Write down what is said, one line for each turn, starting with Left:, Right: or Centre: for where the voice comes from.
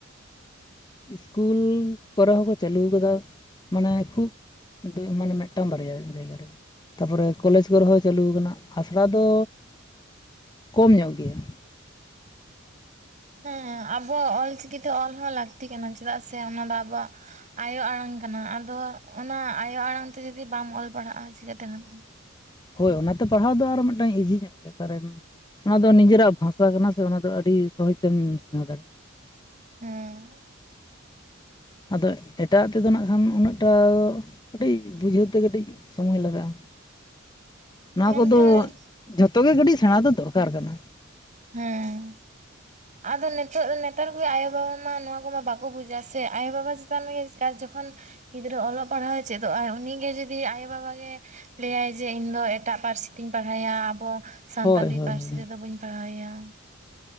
Left: ᱤᱥᱠᱩᱞ ᱠᱚᱨᱮ ᱦᱚᱸᱠᱚ ᱪᱟᱹᱞᱩ ᱠᱟᱫᱟ ᱢᱟᱱᱮ ᱠᱷᱩᱵ ᱢᱟᱱᱮ ᱢᱤᱫᱴᱟᱝ ᱵᱟᱨᱭᱟ ᱡᱟᱭᱜᱟ ᱨᱮ ᱛᱟᱯᱚᱨᱮ ᱠᱚᱞᱮᱡᱽ ᱠᱚᱨᱮ ᱦᱚᱸ ᱪᱟᱹᱞᱩ ᱟᱠᱟᱱᱟ ᱟᱥᱲᱟ ᱫᱚ ᱠᱚᱢ ᱧᱚᱜ ᱜᱮᱭᱟ᱾
Right: ᱦᱮᱸ ᱟᱵᱚᱣᱟᱜ ᱚᱞᱪᱤᱠᱤ ᱛᱮ ᱚᱞ ᱦᱚᱸ ᱞᱟᱹᱠᱛᱤ ᱠᱟᱱᱟ ᱪᱮᱫᱟᱜ ᱥᱮ ᱚᱱᱟ ᱫᱚ ᱟᱵᱚᱣᱟᱜ ᱟᱭᱳ ᱟᱲᱟᱝ ᱠᱟᱱᱟ, ᱟᱫᱚ ᱚᱱᱟ ᱟᱭᱳ ᱟᱲᱟᱝ ᱛᱮ ᱡᱩᱫᱤ ᱵᱟᱢ ᱚᱞ ᱯᱟᱲᱦᱟᱜᱼᱟ ᱪᱤᱠᱟᱹᱛᱮ ᱜᱟᱱᱚᱜᱼᱟ᱾
Left: ᱦᱳᱭ ᱚᱱᱟᱛᱮ ᱯᱟᱲᱦᱟᱣ ᱫᱚ ᱟᱨ ᱢᱤᱫᱴᱟᱝ ᱤᱡᱤ ᱧᱚᱜ ᱜᱮᱭᱟ ᱠᱟᱨᱚᱱ ᱚᱱᱟ ᱫᱚ ᱱᱤᱡᱮᱨᱟᱜ ᱵᱷᱟᱥᱟ ᱠᱟᱱᱟ ᱥᱮ ᱚᱱᱟ ᱫᱚ ᱟᱹᱰᱤ ᱥᱚᱦᱚᱡᱽ ᱛᱮᱢ ᱥᱮᱬᱟ ᱫᱟᱲᱮᱭᱟᱜᱼᱟ᱾
Right: ᱦᱮᱸ
Left: ᱟᱫᱚ ᱮᱴᱟᱜ ᱟᱜ ᱛᱮᱫᱚ ᱱᱟᱜ ᱠᱷᱟᱱ ᱩᱱᱟᱹᱜ ᱴᱟ ᱠᱟᱹᱴᱤᱡ ᱵᱩᱡᱷᱟᱹᱣ ᱛᱮ ᱠᱟᱹᱴᱤᱡ ᱥᱚᱢᱚᱭ ᱞᱟᱜᱟᱜᱼᱟ ᱱᱚᱣᱟ
Right: ᱢᱮᱱᱠᱷᱟᱱ
Left: ᱠᱚᱫᱚ
Right: ᱦᱮᱸ
Left: ᱡᱷᱚᱛᱚ ᱜᱮ ᱠᱟᱹᱴᱤᱡ ᱥᱮᱬᱟ ᱫᱚ ᱫᱚᱨᱠᱟᱨ ᱠᱟᱱᱟ᱾
Right: ᱦᱮᱸ ᱟᱫᱚ ᱱᱤᱛᱚᱜ ᱱᱮᱛᱟᱨ ᱠᱚ ᱟᱭᱳᱵᱟᱵᱟ ᱢᱟ ᱱᱚᱣᱟ ᱠᱚᱢᱟ ᱵᱟᱠᱚ ᱵᱩᱡᱟ ᱥᱮ ᱟᱭᱳᱼᱵᱟᱵᱟ ᱪᱮᱛᱟᱱ ᱜᱮ ᱡᱚᱠᱷᱚᱱ ᱜᱤᱫᱽᱨᱟᱹ ᱚᱞᱚᱜ ᱯᱟᱲᱦᱟᱣᱮ ᱪᱮᱫᱚᱜᱼ ᱟᱭ ᱩᱱᱤᱜ ᱜᱮ ᱡᱩᱫᱤ ᱟᱭᱳ ᱵᱟᱵᱟ ᱜᱮ ᱞᱟᱹᱭᱟᱭ ᱡᱮ ᱤᱧᱫᱚ ᱮᱴᱟᱜ ᱯᱟᱹᱨᱥᱤ ᱛᱤᱧ ᱯᱟᱲᱦᱟᱣ ᱮᱭᱟ ᱟᱵᱚ ᱥᱟᱱᱛᱟᱞᱤ
Left: ᱦᱳᱭ ᱦᱳᱭ
Right: ᱯᱟᱹᱨᱥᱤ
Left: ᱦᱳᱭ
Right: ᱛᱮᱫᱚ ᱵᱟᱹᱧ ᱯᱟᱲᱦᱟᱣ ᱮᱭᱟ